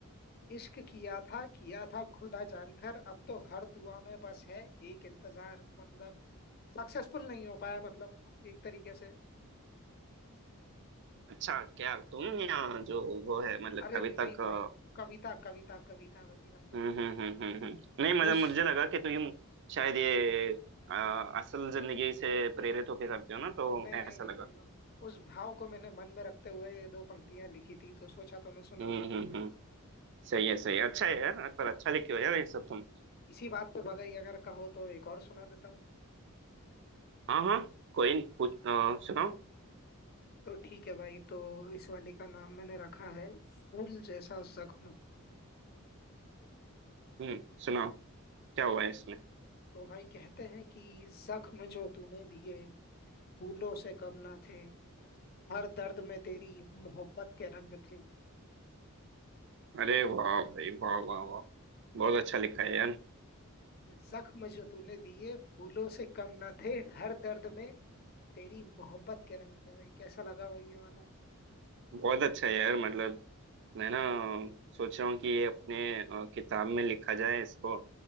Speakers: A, on the left; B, on the right.
A: इश्क किया था किया था खुदा जानकर अब तो हर दुआ में बस है एक इंतजार मतलब सक्सेसफुल नहीं हो पाया मतलब एक तरीके से
B: अच्छा क्या तुम या जो वो है मतलब
A: अरे
B: कविता
A: नहीं
B: का
A: भाई कविता कविता कविता भाई मतलब
B: हम्म हम्म हम्म हम्म हम्म।
A: उ-
B: नहीं मतलब
A: उस
B: मुझे लगा कि तुम शायद ये आ, असल जिंदगी से प्रेरित होके करते हो ना
A: नहीं
B: तो
A: नहीं
B: ऐसा
A: नहीं
B: लगा
A: भाई मतलब उस भाव को मैंने मन में रखते हुए ये दो पंक्तियां लिखी थी तो सोचा तो मैं सुना
B: हम्म
A: दूं
B: हम्म हम्म सही है सही है अच्छा है यार पर अच्छा लिखे हो यार ये सब तुम
A: इसी बात पे बगैर अगर कहो तो एक और सुना देता हूँ
B: हाँ हाँ कोई नहीं, पूछ अ, सुनाओ
A: तो ठीक है भाई तो इस वाले का नाम मैंने रखा है फूल जैसा जख्म
B: हम्म सुनाओ क्या हुआ है इसमें
A: तो भाई कहते हैं कि जख्म जो तूने दिए फूलों से कम ना थे हर दर्द में तेरी मोहब्बत के रंग थे
B: अरे वाह भाई वाह वाह वाह बहुत अच्छा लिखा है यार
A: जख्म जो तूने दिए फूलों से कम ना थे हर दर्द में तेरी मोहब्बत के रंग थे भाई कैसा लगा भाई ये वाला
B: बहुत अच्छा है यार मतलब मैं ना सोच रहा हूँ कि ये अपने अ, किताब में लिखा जाए इसको